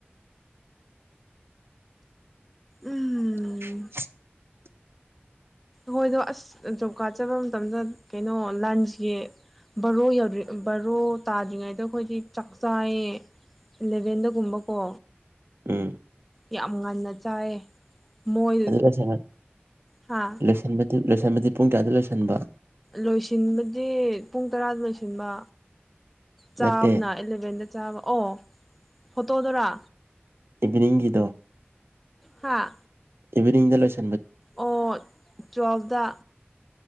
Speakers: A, on the right; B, in the centre.
A: <unintelligible>
B: ꯎꯝ ꯍꯣꯏꯗꯣ ꯑꯁ ꯖꯣꯕ ꯀꯥꯔꯗ ꯆꯠꯄ ꯃꯇꯝꯗ ꯀꯩꯅꯣ ꯂꯟꯁꯒꯤ ꯕꯔꯣ ꯌꯧꯗ꯭ꯔꯤ ꯕꯔꯣ ꯇꯥꯗ꯭ꯔꯤꯉꯩꯗ ꯑꯈꯣꯏꯗꯤ ꯆꯥꯛ ꯆꯥꯏꯌꯦ ꯏꯂꯚꯦꯟꯗꯒꯨꯝꯕꯀꯣ
A: ꯎꯝ
B: ꯌꯥꯝ ꯉꯟꯅ ꯆꯥꯏꯌꯦ ꯃꯣꯏ
A: ꯑꯗꯨꯗ ꯊꯦꯡꯅ
B: ꯍꯥ
A: ꯂꯣꯏꯁꯟꯕꯗꯨ ꯂꯣꯏꯁꯟꯗꯤ ꯄꯨꯡ ꯀꯌꯥꯗ ꯂꯣꯏꯁꯟꯕ
B: ꯂꯣꯏꯁꯤꯟꯕꯗꯤ ꯄꯨꯡ ꯇꯔꯥꯗ ꯂꯣꯏꯁꯤꯟꯕ ꯆꯥꯕꯅ
A: ꯅꯠꯇꯦ
B: ꯏꯂꯕꯦꯟꯗ ꯆꯥꯕ ꯑꯣ ꯐꯣꯇꯣꯗꯔꯥ
A: ꯏꯚꯤꯅꯤꯡꯅꯤꯡꯒꯤꯗꯤ
B: ꯍꯥꯥ
A: ꯏꯚꯤꯅꯤꯡꯗ ꯂꯣꯏꯁ
B: ꯑꯣ ꯇꯨꯋꯦꯐꯗ